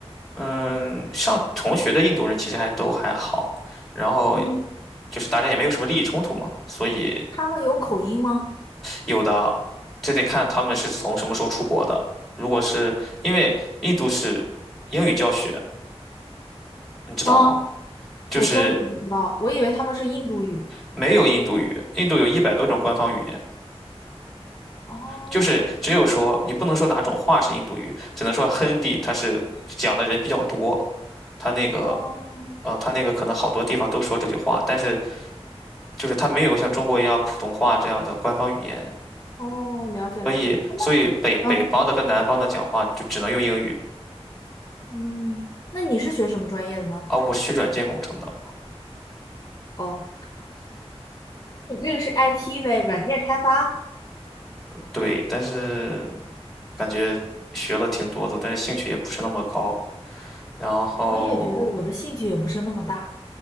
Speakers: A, in the centre; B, on the left (about 35°).
A: 嗯，上同学的印度人其实还都还好，然后
B: 嗯，
A: 就是大家也没有什么利益冲突嘛，所以
B: 他们有口音吗？
A: 有的这得看他们是从什么时候出国的。如果是因为印度是英语教学，你知道吗？
B: 啊，
A: 就是
B: 我真是不知道，我以为他们是印度语。
A: 没有印度语，印度有一百多种官方语言，
B: 哦
A: 就是只有说你不能说哪种话是印度语，只能说 Hindi 它是讲的人比较多，它那个
B: 哦
A: 呃，它那个可能好多地方都说这句话，但是就是它没有像中国一样普通话这样的官方语言，
B: 哦，了解了解。
A: 所以所以北北方的跟南方的讲话就只能用英语
B: 嗯嗯，那你是学什么专业的呢？
A: 啊，我是学软件工程的，
B: 哦，你这个是 IT 呗，软件开发。
A: 对，但是感觉学了挺多的，但是兴趣也不是那么高，然后
B: 我也觉得我的兴趣也不是那么大。